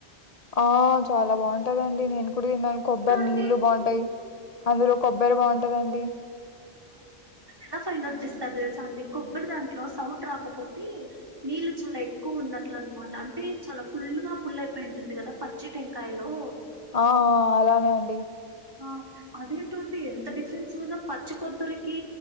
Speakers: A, on the left; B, on the right.
A: ఆ చాలా బాగుంటదండి నేను ఇప్పుడు తిన్నాను
B: అదేంటో
A: కొబ్బరి
B: అండి
A: నీళ్లు బాగుంటాయి అందులో కొబ్బరి బాగుంటదండి
B: అ కొబ్బరి ఎలా ఫైండ్ అవుట్ చేస్తారు తెలుసా అండి కొబ్బరి దాంట్లో సౌండ్ రాకపోతే నీళ్ళు చాలా ఎక్కువ ఉన్నట్లనమాట అంటే చాలా ఫుల్ గా ఫుల్ అయిపోయి ఉంటుంది కదా పచ్చి టెంకాయలో
A: ఆ అలానే అండి
B: ఆ అదేంటో అండి ఎంత డిఫరెన్స్ లోనా పచ్చికొబ్బరికి